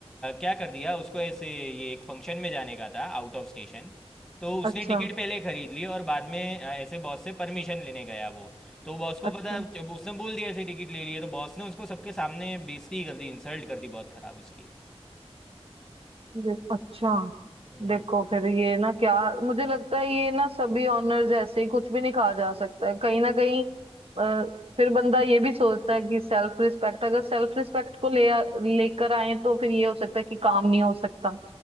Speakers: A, in the centre; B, on the right.
A: क्या कर दिया उसको ऐसे ये एक फंक्शन में जाने का था आउट ऑफ स्टेशन तो उसने
B: अच्छा
A: टिकट पहले खरीद ली और बाद में अ, ऐसे बॉस से परमिशन लेने गया वो तो बॉस को
B: अच्छा
A: पता जब उसने बोल दिया ऐसे टिकट ले लिए तो बॉस ने उसको सबके सामने बेइज्जती कर दी इंसल्ट कर दी बहुत खराब उसकी
B: दे- अच्छा
A: हम्म
B: देखो फिर ये ना क्या मुझे लगता है ये ना सभी ऑनर्स ऐसे ही कुछ भी नहीं कहा जा सकता है कहीं ना कहीं अ, फिर बंदा ये भी सोचता है कि सेल्फ रिस्पेक्ट अगर सेल्फ रिस्पेक्ट को ले आ- लेकर आए तो फिर ये हो सकता है कि काम नहीं हो सकता